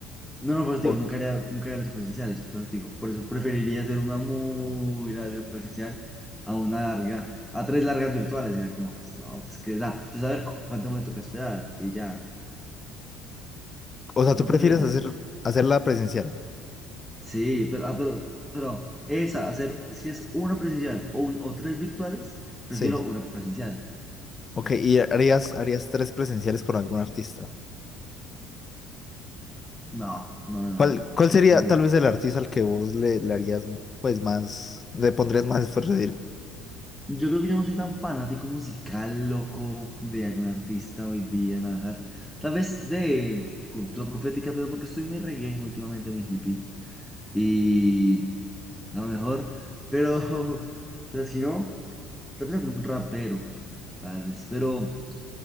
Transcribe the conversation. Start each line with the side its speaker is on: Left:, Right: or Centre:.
Centre: No, no, por eso
Left: Por-
Centre: te digo, nunca haría, nunca haría tres presenciales, por eso te digo. Por eso preferiría hacer una muy larga presencial a una larga, a tres largas virtuales. Era como, pues no, pues que, o sea, yo saber cu- cuánto me toca esperar y ya.
Left: o sea, tú
Centre: ¿No
Left: prefieres
Centre: prefieres eso?
Left: hacer, hacerla presencial.
Centre: Sí, pero, ah, pero, pero esa, hacer, si es una presencial o, un, o tres virtuales, prefiero
Left: Sí.
Centre: una presencial.
Left: Ok, y harías, harías tres presenciales por algún artista.
Centre: No, no, no,
Left: ¿Cuál, cuál sería
Centre: tres,
Left: tal vez el artista al que vos le, le harías pues más, le pondrías más esfuerzo? Es decir,
Centre: Yo creo que yo no soy tan fanático musical, loco, de algún artista hoy día, la verdad. Tal vez de cultura profética, pero porque estoy muy reggae últimamente, muy hippie. Y a lo mejor, pero, <laughs> pero si no, tal vez algún rapero, tal vez. Pero,